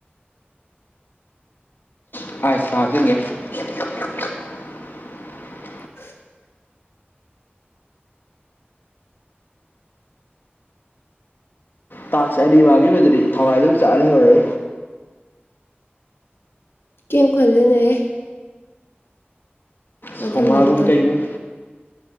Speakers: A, on the left; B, on the left.
A: <unintelligible> <unintelligible>
B: <inaudible>
A: ꯇꯥꯛꯁ ꯑꯅꯤꯕꯥꯒꯤ ꯑꯣꯏꯅꯗꯗꯤ ꯊꯋꯥꯏ ꯑꯗꯨꯝ ꯆꯥꯛꯂ ꯂꯩ ꯍꯧꯔꯦ
B: <unintelligible> ꯃꯊꯪꯗ
A: ꯁꯣꯃꯥꯒꯨꯝꯀꯩꯒꯨꯝ
B: ꯑꯃꯨꯛ ꯇꯧ